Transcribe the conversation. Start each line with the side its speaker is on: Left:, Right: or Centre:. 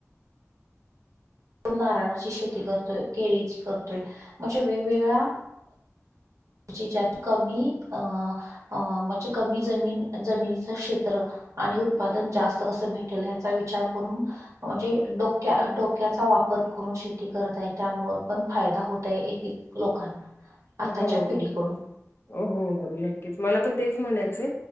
Right: ो नारळाची शेती करतोय केळीची करतोय म्हणजे वेगवेगळ्या त कमी अ म्हणजे कमी जमीन जमिनीचं क्षेत्र आणि उत्पादन जास्त कसं भेटेल याचा विचार करून म्हणजे डोक्या डोक्याचा वापर करून शेती करत आहे त्यामु पण फायदा होत आहे एक लोकांना आताच्या
Left: हो
Right: पिढीकडून.
Left: हो हो नक्कीच मला पण तेच म्हणायचंय